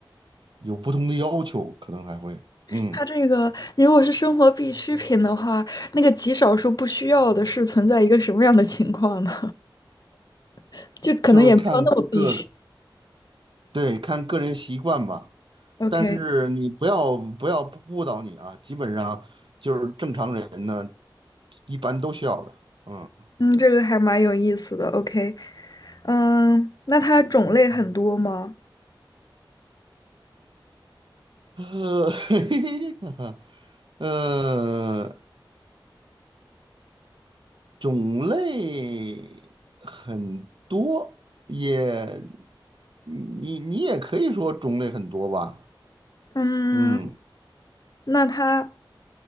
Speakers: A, on the right; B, on the left.
A: 有不同的要求，可能还会，嗯，
B: 它这个你如果是生活必需品的话，那个极少数不需要的是存在一个什么样的情况呢？<laughs> 就可能也没有那么必须。
A: 就是看个，对，看个人习惯吧。
B: OK，
A: 但是你不要不要误导你啊，基本上就是正常人呢，一般都需要的，嗯，
B: 嗯，这个还蛮有意思的。OK，嗯，那它种类很多吗？
A: 呃，<laughs> 呃，种类很多，也，你你也可以说种类很多吧，
B: 嗯，
A: 嗯，
B: 那它，